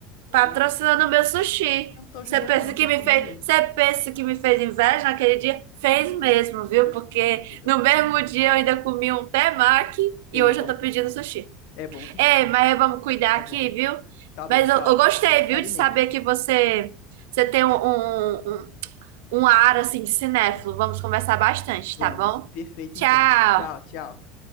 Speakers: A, on the left; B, on the right.
A: Não,
B: patrocinando o meu sushi.
A: eu não tô
B: Você
A: julgando,
B: pensa
A: não.
B: que
A: Tem
B: me
A: que comer
B: fez,
A: mesmo.
B: você pensa que me fez inveja naquele dia? Fez mesmo, viu?
A: Eu
B: Porque
A: fiz, eu sei que
B: no
A: eu...
B: mesmo dia eu ainda comi um temaki
A: E
B: e hoje
A: é bom
B: eu tô
A: que
B: pedindo
A: só.
B: sushi.
A: É bom que
B: É,
A: só.
B: mas é, vamos cuidar
A: Tá
B: aqui,
A: bom.
B: viu?
A: Tá bom,
B: Mas
A: tchau.
B: eu, eu gostei,
A: Bom, se
B: viu,
A: alimente.
B: de saber que você, você tem um, um, um um ar assim de cinéfilo. Vamos conversar bastante,
A: Vamos.
B: tá bom?
A: Perfeito,
B: Tchau!
A: então. Tchau, tchau.